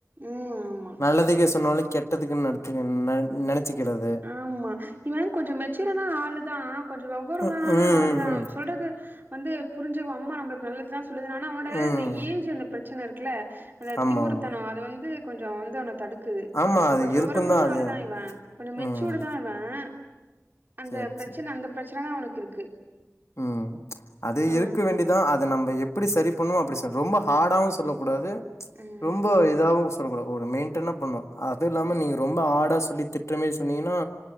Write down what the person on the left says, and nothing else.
நல்லதுக்கு சொன்னாலும் கெ ட்டத்துக்குன்னு நட ந நனைச்சுக்கிறது
ம் ம்
ம்
ம்
ஆமா
ஆமா
ஆமா அது
இருக்குந்தா
அது
ம்
சேரி
சேரி
ம் அது
இருக்க வேண்டிய தா அத நம்ம எப்டி சரி பண்ணுமோ அப்டி ரொம்ப ஹார்டாவும் சொல்லக்கூடாது
ரொம்ப இதாவு சொல்லக்கூடா ஒரு மெயின்ட்டனா பண்ணும் அது இல்லாம நீங்க ரொம்ப ஆடா சொல்லி திட்ற மேரி சொன்னீங்கன்னா